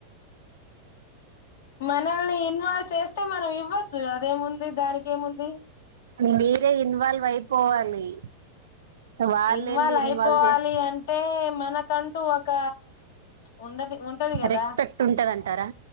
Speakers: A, on the left (about 55°); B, on the right (about 60°).
A: మనల్ని ఇన్వాల్వ్ చేస్తే మనం ఇవ్వచ్చు అదేముంది దానికి ఏముంది
B: మీరే ఇన్వాల్వ్ అయిపోవాలి వాళ్ళేంది
A: ఇన్వాల్వ్ అయిపోవాలి
B: చేసి
A: అంటే మనకంటూ ఒక ఉండది ఉంటది కదా
B: రెస్పెక్ట్ ఉంటాది అంటారా